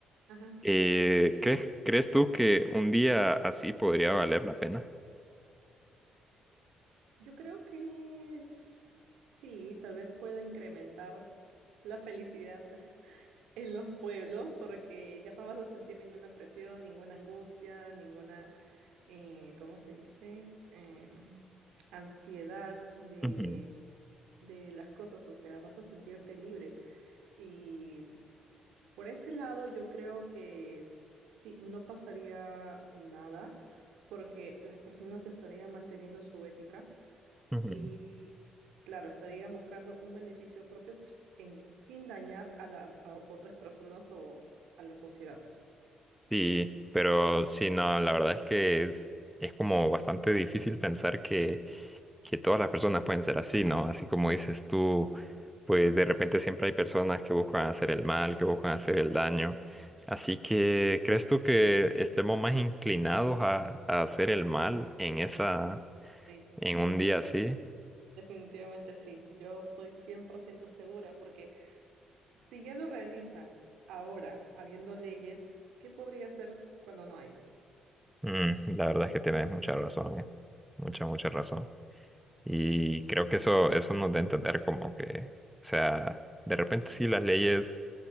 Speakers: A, on the right; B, in the centre.
A: ajá.
B: Eh, ¿crees, crees tú que un día así podría valer la pena?
A: Yo creo que s- sí, tal vez pueda incrementar la felicidad. en los pueblos porque ya no vas a sentir ninguna presión, ninguna angustia, ninguna, eh, ¿cómo se dice? Em, ansiedad de,
B: Ujú,
A: de las cosas, o sea, vas a sentirte libre. Y por ese lado yo creo que sí, no pasaría nada porque las personas estarían manteniendo su ética.
B: ujú.
A: Y claro, estarían buscando un beneficio propio ps, en- sin dañar a las a otras personas o a la sociedad.
B: Sí, pero sí, no, la verdad es que es, es como bastante difícil pensar que, que todas las personas pueden ser así, ¿no? Así como dices tú, pues de repente siempre hay personas que buscan hacer el mal, que buscan hacer el daño. Así que, ¿crees tú que estemos más inclinados a, a hacer el mal en esa,
A: Sí,
B: en un día así?
A: definitivamente sí. Yo estoy 100% segura porque si ya lo realizan ahora, habiendo leyes, ¿qué podría hacer cuando no haya?
B: Mm, la verdad es que tienes mucha razón, ¿eh? Mucha, mucha razón. Y creo que eso, eso nos da a entender como que, o sea, de repente sí las leyes